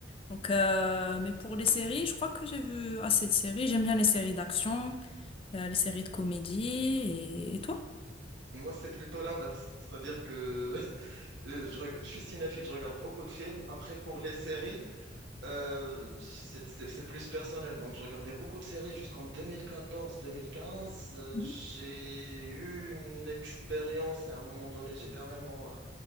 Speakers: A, on the left (about 30°); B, on the right (about 70°).
A: Donc, euh, mais pour les séries, je crois que j'ai vu assez de séries. J'aime bien les séries d'action, euh, les séries de comédie. Et, et toi?
B: Moi, c'est plutôt l'inverse. C'est-à-dire que <laughs> euh, je, reg- je suis cinéphile, je regarde beaucoup de films. Après, pour les séries, euh, c'est c'est- c'est plus personnel. Donc, je regardais beaucoup de séries jusqu'en 2014-2015. Euh,
A: Mhm.
B: j'ai eu une expérience à un moment donné. J'ai carrément, euh,